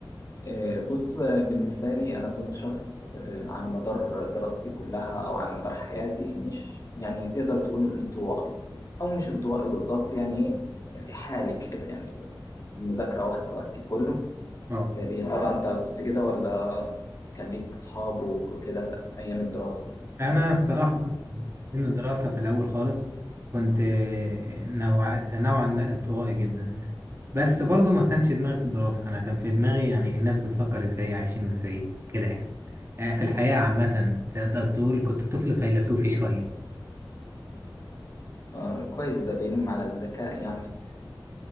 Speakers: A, on the left; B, on the right.
A: آه، بص آه، بالنسبة لي أنا كنت شخص آه، على مدار دراستي كلها أو على مدار حياتي مش يعني تقدر تقول انطوائي أو مش انطوائي بالظبط يعني إيه، في حالي كده يعني المذاكرة واخدة وقتي كله
B: آه.
A: آه، يا ترى أنت كنت كده ولا كان ليك صحاب وكده في أس- أيام الدراسة
B: أنا الصراحة من الدراسة في الأول خالص كنت آه، نوع... نوعا ما انطوائي جدا يعني بس برضو ما كانش دماغي في الدراسة أنا كان في دماغي يعني الناس بتفكر إزاي عايشين إزاي كده يعني آه، في الحياة عامة تقدر تقول كنت طفل فيلسوفي شوية
A: آه، كويس ده بينم على الذكاء يعني